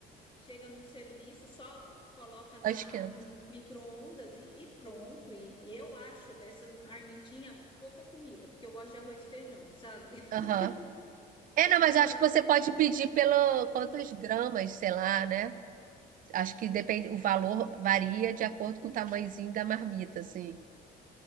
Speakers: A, on the left; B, on the right.
A: chega no serviço, só coloca na,
B: Só esquenta.
A: no micro-ondas e, e pronto. E, e eu acho essas marmitinhas pouca comida, porque eu gosto de arroz e feijão, sabe? <laughs>
B: Aham. É,
A: É
B: não,
A: aquele
B: mas eu
A: negócio
B: acho que você pode pedir pelo quantos gramas, sei lá, né? Acho que depende, o valor varia de acordo com o tamanhozinho da marmita, assim.